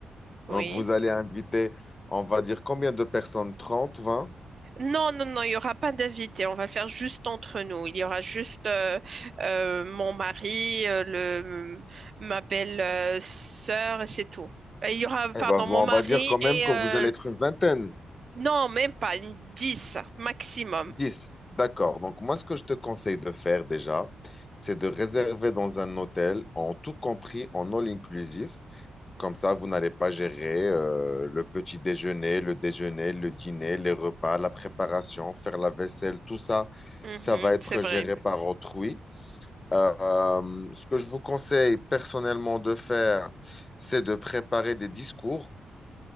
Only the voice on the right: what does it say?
Oui.
Non, non, non, il n'y aura pas d'invité. On va le faire juste entre nous. Il y aura juste euh, euh, mon mari, euh, le, ma belle euh, sœur, et c'est tout. Et Il y aura,
pardon,
mon
mari
et...
euh,
non, même pas, une 10 maximum.
Mhm,
c'est vrai.